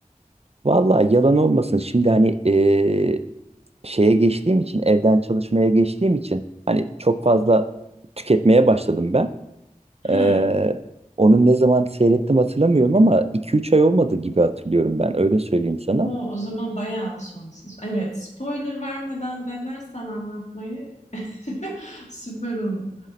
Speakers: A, on the right; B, on the left.
A: Vallahi yalan olmasın. Şimdi hani eee, şeye geçtiğim için evden çalışmaya geçtiğim için hani çok fazla tüketmeye başladım ben. Eee
B: He.
A: onun ne zaman seyrettim hatırlamıyorum ama iki üç ay olmadı gibi hatırlıyorum ben. Öyle söyleyeyim sana.
B: Oo, o zaman bayağı sonsuz. Evet, spoiler vermeden denersen anlatmayı <laughs> süper olur.